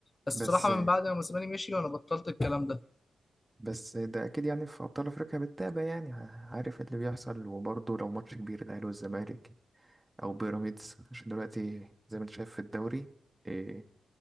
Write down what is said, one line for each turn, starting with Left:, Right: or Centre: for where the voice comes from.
Left: بس
Right: بس
Left: بصراحه من بعد ما موسيماني مشي وانا بطلت الكلام ده
Right: بس ده أكيد يعني في أبطال أفريقيا بتتابع يعني ع- عارف اللي بيحصل وبرضه لو ماتش كبير الأهلي والزمالك أو بيراميدز عشان دلوقتي زي ما انت شايف في الدوري آه،